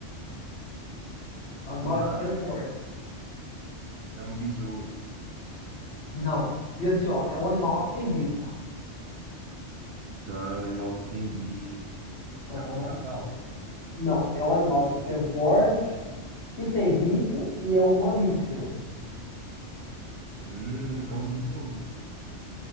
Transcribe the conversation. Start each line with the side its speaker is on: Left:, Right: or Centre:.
Left: É um animal
Right: Vamos lá,
Left: de pequeno porte.
Right: é, é um besouro.
Left: Não. E assim, ó, é um animal que tem bico.
Right: Ah, é um animal que tem bico.
Left: Aham.
Right: É o pica-pau?
Left: Não, é um animal de pequeno porte que tem bico e é um mamífero.
Right: Hum, é ornitorrinco.